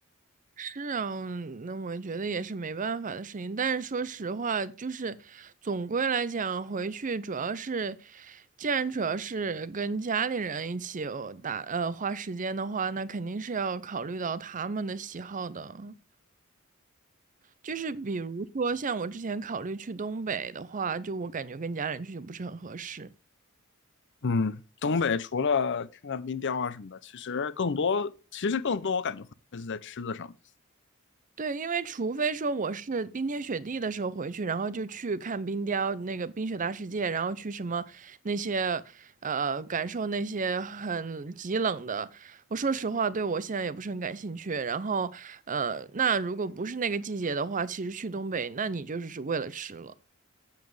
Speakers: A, on the right; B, on the left.
A: 是啊，那我觉得也是没办法的事情。但是说实话，就是总归来讲，回去主要是，既然主要是跟家里人一起哦打呃花时间的话，那肯定是要考虑到他们的喜好的。就是比如说像我之前考虑去东北的话，就我感觉跟家人去就不是很合适。
B: 嗯，东北除了看看冰雕啊什么的，其实更多其实更多我感觉会是在吃的上面。
A: 对，因为除非说我是冰天雪地的时候回去，然后就去看冰雕那个冰雪大世界，然后去什么那些呃感受那些很极冷的。我说实话，对我现在也不是很感兴趣。然后呃，那如果不是那个季节的话，其实去东北，那你就是只为了吃了。